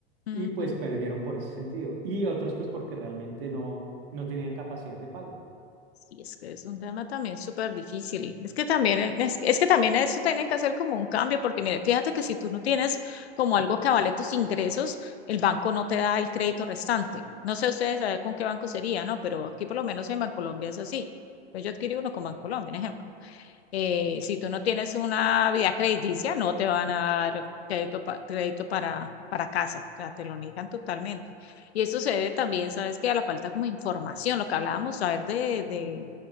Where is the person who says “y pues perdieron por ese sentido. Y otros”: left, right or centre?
Right